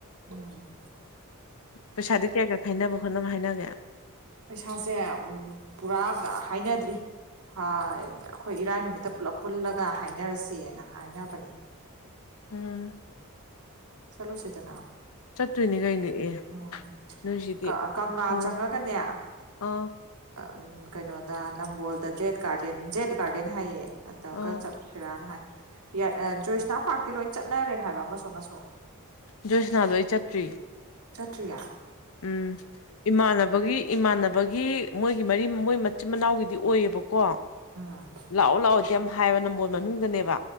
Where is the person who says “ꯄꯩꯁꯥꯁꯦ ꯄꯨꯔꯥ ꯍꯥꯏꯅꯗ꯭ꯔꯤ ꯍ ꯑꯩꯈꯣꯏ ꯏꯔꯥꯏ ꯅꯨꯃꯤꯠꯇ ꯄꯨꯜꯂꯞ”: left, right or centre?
Right